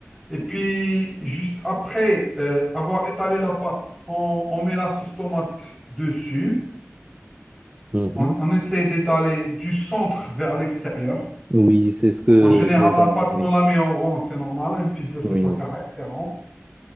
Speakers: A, in the centre; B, on the right.
A: Et puis, juste après euh, avoir étalé la pâte, on, on met la sauce tomate dessus.
B: Mhm.
A: On, on essaie d'étaler du centre vers l'extérieur.
B: Oui, c'est ce que
A: En général,
B: je regarde.
A: la pâte,
B: Oui.
A: on la met en rond, c'est normal. hein, Une pizza, c'est
B: Oui.
A: pas carré, c'est rond.